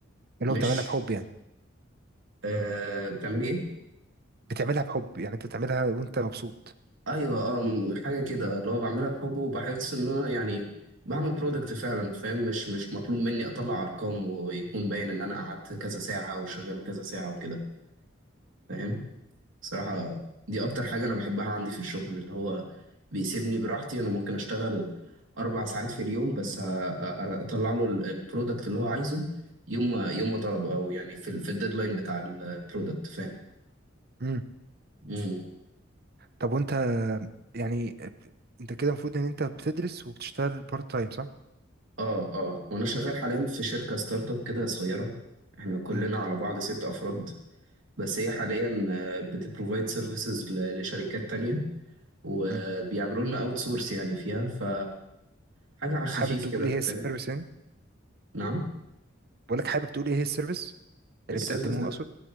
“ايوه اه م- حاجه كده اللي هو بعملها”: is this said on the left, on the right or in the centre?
Right